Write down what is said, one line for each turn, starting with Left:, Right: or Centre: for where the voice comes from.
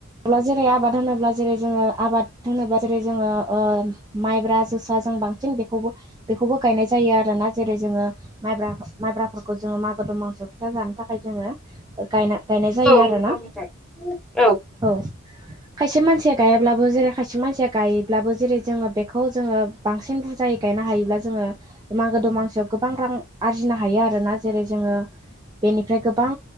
Right: अब्ला जेरै आबाद होनोब्ला जेरै जोङो आबाद होनोब्ला जेरै जोङो ओ माइब्रा जोसा जों बां बांसिन बेखौबो बेखौबो गायनाय जायो आरोना जेरै जोङो माइब्रा माइब्राफोरखौ जोङो मागो दमा मोसौ फिथा जानो थाखाय जोङो गायना गायनाय जायो
Centre: औ
Right: आरोना
Centre: नंगौ नोंथां औ
Right: औ खायसे मानसिया गायाब्लाबो जेरै खायसे मानसिया गायोब्लाबो जेरै जोङो बेखौ खौ जोङो बांसिन बुरजायै गायनो हायोब्ला जोङो मागो दमासि गोबां रां आरजिनो हायो आरोना जेरै जोङो बेनिफ्राय गोबां